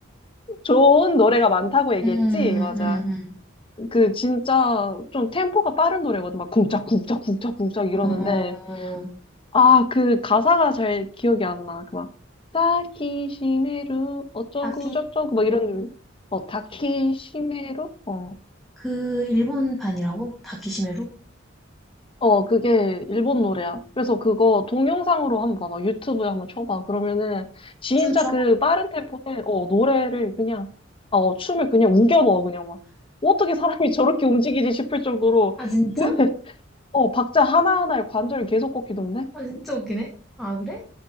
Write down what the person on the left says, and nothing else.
좋은 노래가 많다고 얘기했지?
맞아.
그 진짜 좀 템포가 빠른 노래거든. 막 쿵짝, 쿵짝, 쿵짝, 쿵짝 이러는데.
아, 그 가사가 잘 기억이 안 나. 그 막, 다키시메루, 어쩌고
저쩌고, 막 이런, 어, 다키시메루? 어.
어, 그게 일본 노래야. 그래서 그거 동영상으로 한번 봐봐. 유튜브에 한번 쳐봐. 그러면은 진짜
그 빠른 템포에 어, 노래를 그냥 어, 춤을 그냥 우겨 넣어 그냥 막. 어떻게 사람이 <laughs> 저렇게 움직이지 싶을 정도로
<laughs> 어, 박자 하나하나에 관절이 계속 꺾이던데?